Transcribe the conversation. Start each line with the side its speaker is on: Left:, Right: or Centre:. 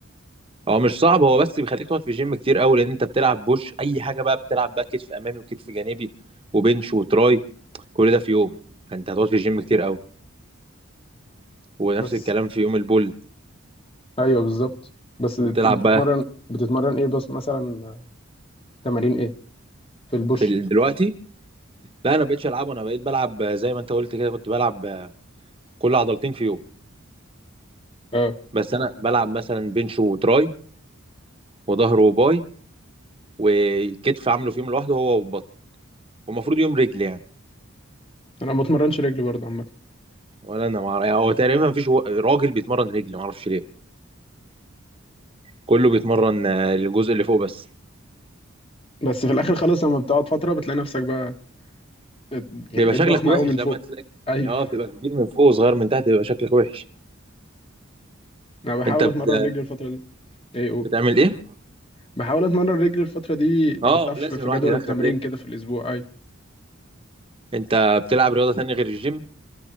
Right: هو مش صعب هو بس بيخليك تقعد في الجيم كتير قوي لان انت بتلعب بوش اي حاجه بقى بتلعب بقى كتف امامي وكتف جانبي وبنش وتراي كل ده في يوم فانت هتقعد في الجيم كتير قوي ونفس
Left: بس
Right: الكلام في يوم البول
Left: ايوه بالظبط بس بت-
Right: بتلعب
Left: بتتمرن
Right: بقى
Left: بتتمرن ايه بس مثلا آه، تمارين ايه في البوش
Right: في ال- دلوقتي لا انا بقيتش العبه انا بقيت بلعب زي ما انت قلت كده كنت بلعب كل عضلتين في يوم
Left: اه
Right: بس انا بلعب مثلا بنش وتراي وظهر وباي وكتف عامله في يوم لوحده هو والبطن ومفروض يوم رجل يعني
Left: انا ما بتمرنش رجل برضه عامه
Right: ولا انا مع... هو تقريبا مفيش و- راجل بيتمرن رجل ما اعرفش ليه كله بيتمرن آه، الجزء اللي فوق بس
Left: بس في الاخر خالص لما بتقعد فتره بتلاقي نفسك بقى ات- يعني
Right: بيبقى
Left: بقيت
Right: شكلك
Left: ضخمه
Right: وحش
Left: قوي من فوق
Right: لما تلاقي
Left: ايوه
Right: اه بتبقى كبير من فوق وصغير من تحت بيبقى شكلك وحش
Left: انا بحاول
Right: انت بت...
Left: اتمرن رجل الفتره دي ايه قول
Right: بتعمل ايه
Left: بحاول اتمرن رجل الفتره دي بحطها
Right: اه
Left: في
Right: لازم
Left: في
Right: الواحد
Left: جدول
Right: يدخل
Left: التمرين
Right: رجل
Left: كده في الاسبوع ايوه
Right: انت بتلعب رياضة تانية غير الجيم